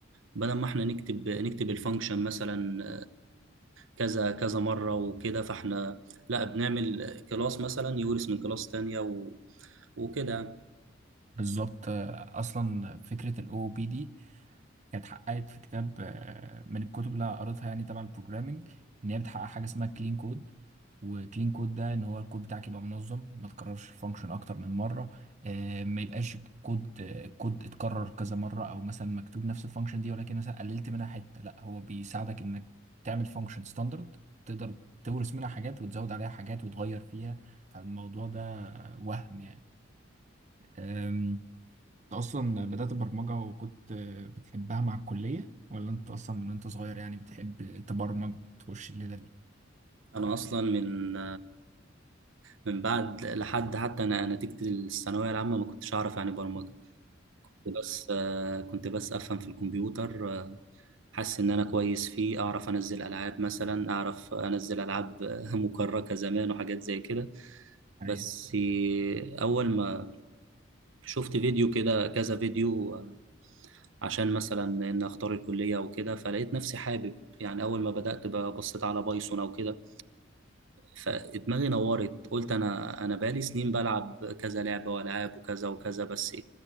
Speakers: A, on the right (about 75°); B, on the right (about 35°).
A: بدل ما احنا نكتب نكتب الفانكشن مثلا كذا كذا مرة وكده فاحنا لا بنعمل كلاس مثلا يورث من كلاس تانية و... وكده
B: بالظبط آه، أصلا فكرة الأو بي دي كانت حققت في كتاب آه، من الكتب اللي قريتها يعني تبع البروجرامينج ان هي بتحقق حاجه اسمها كلين كود وكلين كود ده ان هو الكود بتاعك يبقى منظم ما تكررش الفانكشن اكتر من مره آه، ما يبقاش الكود آه، الكود اتكرر كذا مره او مثلا مكتوب نفس الفانكشن دي ولكن مثلا قللت منها حته لا هو بيساعدك انك تعمل فانكشن ستاندرد تقدر تورث منها حاجات وتزود عليها حاجات وتغير فيها فالموضوع ده وهم يعني انت اصلا بدأت برمجة وكنت بتحبها مع الكلية ولا انت اصلا من وانت صغير يعني بتحب تبرمج وتخش الليلة دي
A: انا اصلا من من بعد لحد حتى انا نتيجة الثانوية العامة ما كنتش اعرف يعني برمجة كنت بس كنت بس افهم في الكمبيوتر حاسس ان انا كويس فيه اعرف انزل العاب مثلا اعرف انزل العاب <laughs> مكركة زمان وحاجات زي كده بس
B: ايوه
A: اول ما شفت فيديو كده كذا فيديو عشان مثلا ان اختار الكليه وكده فلقيت نفسي حابب يعني اول ما بدات ب- بصيت على بايثون او كده فدماغي نورت قلت انا انا بقالي سنين بلعب كذا لعبه والعاب وكذا وكذا بس